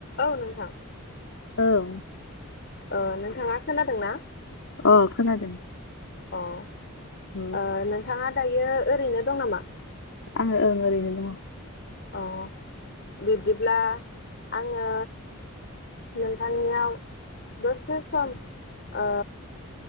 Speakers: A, on the left; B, on the left.
A: औ नोंथां
B: औ
A: ओ नोंथाङा खोनादों ना?
B: अ खोनादों
A: अ ओ
B: औ
A: नोंथाङा दायो ओरैनो दं नामा?
B: आं ओं ओरैनो दङ।
A: अ बिदिब्ला आङो नोंथांनियाव दसे सम ओ